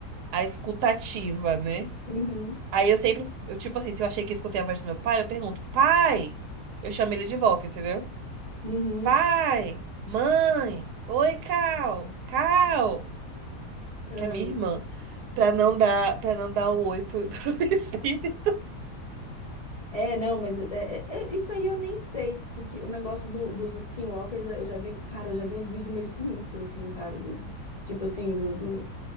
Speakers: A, on the right; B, on the left.
A: a escutativa, né?
B: Uhum,
A: Aí eu sempre, eu, tipo assim, se eu achei que escutei a voz do meu pai, eu pergunto, pai, eu chamo ele de volta, entendeu?
B: uhum.
A: Pai, mãe, oi, Cal, Cal,
B: Ai.
A: que é minha irmã, pra não dar, para não dar o oi pro, <laughs> pro espírito.
B: É, não, mas é, é, é, isso aí eu nem sei, porque o negócio do- dos skinwalkers, eu já vi, cara, eu já vi uns vídeos meio sinistros, assim, cara, do, tipo assim, do, do,